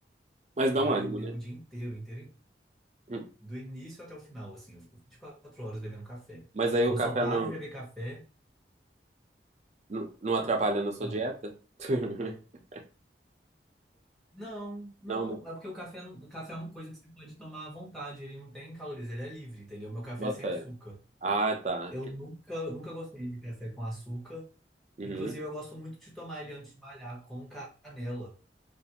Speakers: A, on the right; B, in the centre.
A: mas
B: Ah,
A: dá um ânimo,
B: eu bebo
A: né?
B: o dia inteiro, inteiro,
A: Hum.
B: do início até o final, assim. Eu fico 24 horas bebendo café.
A: Mas aí
B: Eu
A: o café
B: só paro
A: não,
B: de beber café.
A: não, não atrapalha na sua
B: Ah,
A: dieta? <laughs>
B: não, não.
A: Não, não.
B: É porque o café, não- o café é uma coisa que você pode tomar à vontade. Ele não tem calorias, ele é livre, entendeu? Meu café
A: Bota
B: é sem
A: fé.
B: açúcar.
A: Ah, tá.
B: Eu nunca, eu nunca gostei de café com açúcar.
A: Uhum.
B: Inclusive, eu gosto muito de tomar ele antes de malhar com canela.